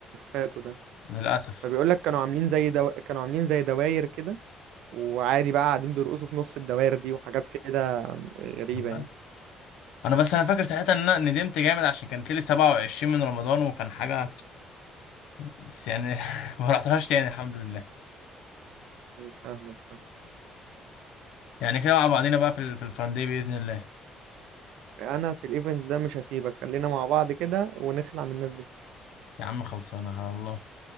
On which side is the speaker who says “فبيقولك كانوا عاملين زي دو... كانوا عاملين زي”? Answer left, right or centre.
Right